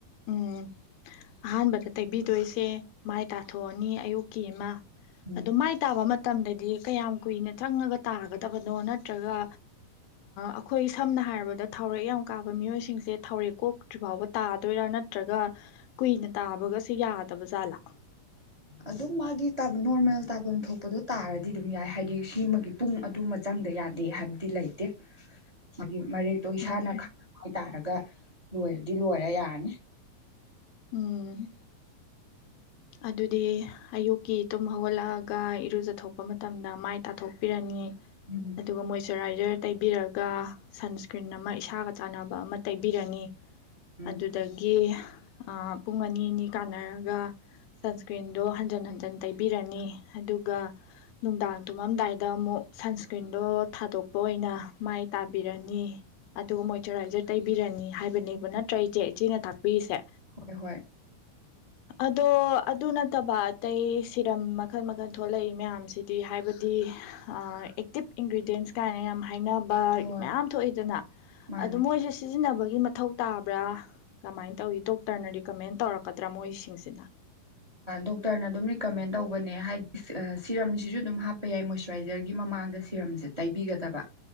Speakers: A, on the left (about 90°); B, on the right (about 20°).
A: ꯎꯝ ꯑꯍꯥꯟꯕꯗ ꯇꯩꯕꯤꯗꯣꯏꯁꯦ ꯃꯥꯏ ꯇꯥꯊꯣꯛꯑꯅꯤ ꯑꯌꯨꯛꯀꯤ ꯑꯃ
B: ꯎꯝ
A: ꯑꯗꯣ ꯃꯥꯏ ꯇꯥꯕ ꯃꯇꯝꯗꯗꯤ ꯀꯌꯥꯝ ꯀꯨꯏꯅ ꯆꯪꯉꯒ ꯇꯥꯒꯗꯕꯅꯣ ꯅꯠꯇ꯭ꯔꯒ ꯑꯈꯣꯏ ꯁꯝꯅ ꯍꯥꯏꯔꯕꯗ ꯊꯥꯎꯔꯦꯛ ꯌꯥꯝ ꯀꯥꯕ ꯃꯤꯑꯣꯏꯁꯤꯡꯁꯦ ꯊꯥꯎꯔꯦꯛ ꯀꯣꯛ ꯇ꯭ꯔꯤ ꯐꯥꯎꯕ ꯇꯥꯗꯣꯏꯔꯥ ꯅꯠꯇ꯭ꯔꯒ ꯀꯨꯏꯅ ꯇꯥꯕꯒꯁꯦ ꯌꯥꯗꯕ ꯖꯥꯠꯂꯥ
B: ꯑꯗꯨꯝ ꯃꯥꯒꯤ ꯇꯥꯕ ꯅꯣꯔꯃꯦꯜ ꯇꯥꯐꯝ ꯊꯣꯛꯄꯗꯣ ꯇꯥꯔꯗꯤ ꯑꯗꯨꯝ ꯌꯥꯏ ꯍꯥꯏꯗꯤ ꯁꯤꯃꯒꯤ ꯄꯨꯡ ꯑꯗꯨꯃ ꯆꯪꯗ ꯌꯥꯗꯦ ꯍꯥꯏꯕꯗꯤ ꯂꯩꯇꯦ ꯍꯥꯏꯒꯤ ꯃꯔꯦꯛ ꯑꯗꯣ ꯏꯁꯥꯅ
A: ꯎꯝ
B: ꯈꯪ ꯍꯥꯏꯇꯥꯔꯒ ꯂꯣꯏꯔꯗꯤ ꯂꯣꯏꯔꯦ ꯌꯥꯔꯅꯤ
A: ꯎꯝ ꯑꯗꯨꯗꯤ ꯑꯌꯨꯛꯀꯤ ꯇꯨꯝ ꯍꯧꯒꯠꯂꯛꯑꯒ ꯏꯔꯨꯖꯊꯣꯛꯄ ꯃꯇꯝꯗ ꯃꯥꯏ ꯇꯥꯊꯣꯛꯄꯤꯔꯅꯤ
B: ꯎꯝ
A: ꯑꯗꯨꯒ ꯃꯣꯏ ꯃꯣꯏꯆꯔꯥꯏꯖꯔ ꯇꯩꯕꯤꯔꯒ ꯁꯟꯁ꯭ꯀ꯭ꯔꯤꯟ ꯑꯃ ꯏꯁꯥꯒ ꯆꯥꯟꯅꯕ ꯑꯃ ꯇꯩꯕꯤꯔꯅꯤ
B: ꯎꯝ
A: ꯑꯗꯨꯗꯒꯤ ꯄꯨꯡ ꯑꯅꯤ ꯑꯅꯤ ꯀꯥꯟꯅꯔꯒ ꯁꯟꯁꯀ꯭ꯔꯤꯟꯗꯣ ꯍꯟꯖꯟ ꯍꯟꯖꯤꯟ ꯇꯩꯕꯤꯔꯅꯤ ꯑꯗꯨꯒ ꯅꯨꯡꯗꯥꯡ ꯇꯨꯝꯃꯝꯗꯥꯏꯗ ꯑꯃꯨꯛ ꯁꯟꯁꯀ꯭ꯔꯤꯟꯗꯣ ꯊꯥꯗꯣꯛꯄ ꯑꯣꯏꯅ ꯃꯥꯏ ꯇꯥꯕꯤꯔꯅꯤ ꯑꯗꯨꯒ ꯃꯣꯏꯆꯔꯥꯏꯖꯔ ꯇꯩꯕꯤꯔꯅꯤ ꯍꯥꯏꯕꯅꯦꯕ ꯅꯠꯇ꯭ꯔ ꯏꯆꯦ ꯏꯆꯦꯅ ꯇꯥꯛꯄꯤꯔꯤꯁꯦ
B: ꯍꯣꯏ ꯍꯣꯏ
A: ꯑꯗꯣ ꯑꯗꯨ ꯅꯠꯇꯕ ꯑꯇꯩ ꯁꯤꯔꯝ ꯃꯈꯜ ꯃꯈꯜ ꯊꯣꯛꯂꯛꯏ ꯃꯌꯥꯝꯁꯤꯗꯤ ꯍꯥꯏꯕꯗꯤ ꯑꯦꯛꯇꯤꯞ ꯏꯟꯒ꯭ꯔꯤꯗꯌꯦꯟꯁ ꯀꯥꯏꯅ ꯌꯥꯝ ꯍꯥꯏꯅꯕ
B: ꯍꯣꯏ
A: ꯃꯌꯥꯝ ꯊꯣꯛꯏꯗꯅ
B: ꯃꯥꯅꯦ
A: ꯑꯗꯨ ꯃꯣꯏꯁꯦ ꯁꯤꯖꯤꯟꯅꯕꯒꯤ ꯃꯊꯧ ꯇꯥꯕ꯭ꯔꯥ ꯀꯃꯥꯏꯅ ꯇꯧꯏ ꯗꯣꯛꯇꯔꯅ ꯔꯤꯀꯃꯦꯟ ꯇꯧꯔꯛꯀꯗ꯭ꯔꯥ ꯃꯣꯏꯁꯤꯡꯁꯤꯅ
B: ꯗꯣꯛꯇꯔꯅ ꯑꯗꯨꯝ ꯔꯤꯀꯃꯦꯟ ꯇꯧꯕꯅꯦ ꯍꯥꯏꯗꯤ ꯁꯤꯔꯝꯁꯤꯁꯨ ꯑꯗꯨꯝ ꯍꯥꯞꯄ ꯌꯥꯏ ꯃꯣꯏꯆꯔꯥꯏꯖꯔꯒꯤ ꯃꯃꯥꯡꯗ ꯁꯤꯔꯝꯁꯦ ꯇꯩꯕꯤꯒꯗꯕ